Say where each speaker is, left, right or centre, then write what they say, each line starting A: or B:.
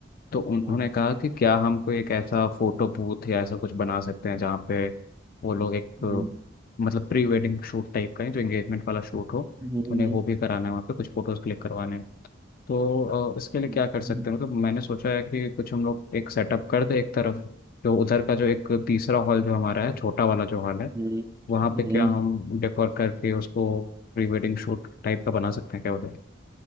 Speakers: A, on the left; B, on the right.
A: तो
B: अच्छा,
A: उन्होंने कहा कि क्या हम कोई एक ऐसा फोटो बूथ या ऐसा कुछ बना सकते हैं जहाँ पे वो लोग एक अ,
B: हम्म,
A: मतलब प्री वेडिंग शूट टाइप का है जो एंगेजमेंट वाला शूट हो
B: हम्म,
A: उन्हें वो भी कराना है वहाँ पे कुछ फोटोज क्लिक करवाने हैं तो अ, इसके
B: हम्म,
A: लिए क्या कर सकते
B: हम्म,
A: हैं मतलब मैंने सोचा है कि कुछ हम लोग एक सेटअप कर दे एक तरफ जो उधर का जो एक तीसरा हॉल जो हमारा है छोटा वाला जो हॉल है
B: हम्म,
A: वहाँ
B: हम्म,
A: पे क्या हम डेकोर करके उसको प्री वेडिंग शूट टाइप का बना सकते हैं क्या उधर